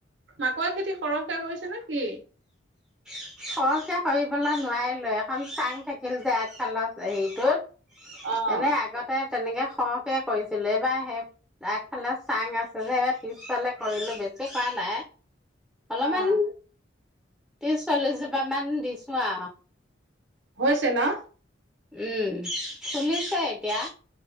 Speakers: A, on the right; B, in the centre.
A: মাকৈ খেতি সৰহকে কৰিছে নে কি?
B: সৰহকে কৰিবলৈ নোৱাৰিলোৱে, এখন চাং থাকিল যে আগফালৰ হেৰিটোত।
A: অ',
B: এনে আগতে তেনেকে সৰহকে কৰিছিলোঁ, এইবাৰ সেই আগফালে চাং আছে যে, এইবাৰ পিছফালে কৰিলোঁ, বেছি কৰা নাই। অলপমান
A: অ',
B: ত্ৰিশ, চল্লিছ জোপা মান দিছোঁ আৰু।
A: হৈছে ন?
B: উম। ফুলিছে এতিয়া,